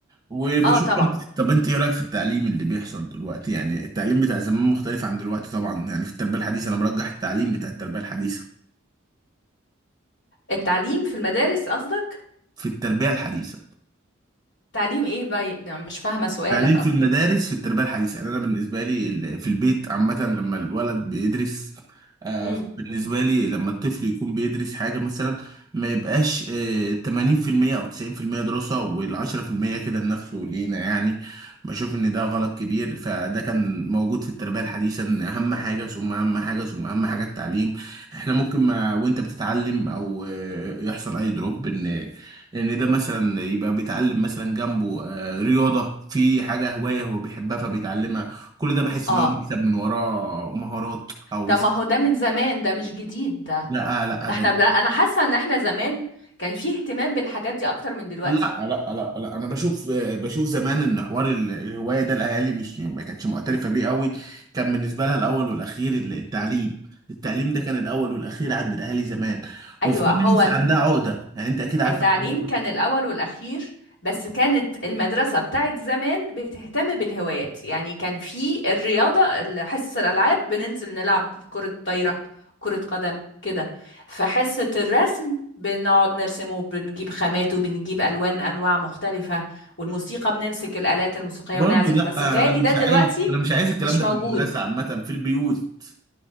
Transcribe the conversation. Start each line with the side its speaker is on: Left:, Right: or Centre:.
Right: وبشوف
Left: اه طبعا
Right: برضه طب انت ايه رايك في التعليم اللي بيحصل دلوقتي يعني التعليم بتاع زمان مختلف عن دلوقتي طبعا يعني في التربيه الحديثه انا مرجح التعليم بتاع التربيه الحديثه
Left: التعليم في المدارس قصدك
Right: في التربيه الحديثه
Left: تعليم ايه باي ده مش فاهمة سؤالك
Right: تعليم
Left: أصلا
Right: في المدارس في التربية الحديثة يعني أنا بالنسبة لي ال- في البيت عامة لما الولد بيدرس آه،
Left: مم.
Right: بالنسبة لي لما الطفل يكون بيدرس حاجة مثلا ما يبقاش آه، 80% أو 90% دراسة وال10% كده لنفسه ولينا يعني بشوف إن ده غلط كبير فده كان موجود في التربية الحديثة إن أهم حاجة ثم أهم حاجة ثم أهم حاجة التعليم إحنا ممكن ما وأنت بتتعلم أو آه، يحصل أي دروب إن ان ده مثلا يبقى بيتعلم مثلا جنبه آه، رياضة في حاجة هواية هو بيحبها فبيتعلمها كل ده بحس
Left: اه
Right: ان هو بيكسب من وراه مهارات او
Left: طب
Right: سكيل
Left: ما هو ده من زمان ده مش جديد ده
Right: لا لا
Left: ده
Right: ده
Left: احنا لا أنا حاسة إن احنا زمان كان فيه اهتمام بالحاجات دي أكتر من دلوقتي
Right: لا لا لا لا انا بشوف بشوف زمان ان حوار ال- الهواية ده الاهالي مش ما كانتش معترفة بيه قوي كان بالنسبة لها الاول والاخير ال- التعليم التعليم ده كان الاول والاخير عند الاهالي زمان
Left: أيوة
Right: وفي
Left: هو
Right: ناس عندها عقدة يعني انت اكيد عارفة
Left: التعليم
Right: الحوار ده
Left: كان الأول والأخير بس كانت المدرسة بتاعت زمان بتهتم بالهوايات يعني كان في الرياضة ال- حصة الألعاب بننزل نلعب كرة طايرة كرة قدم كده في حصة الرسم بنقعد نرسم وبنجيب خامات وبنجيب ألوان أنواع مختلفة والموسيقى بنمسك الآلات الموسيقية
Right: برضه
Left: ونعزف
Right: لا
Left: بس بتهيألي
Right: انا مش
Left: ده دلوقتي
Right: عايز انا مش عايز الكلام
Left: مش
Right: ده
Left: موجود
Right: في المدرسة عامة في البيوت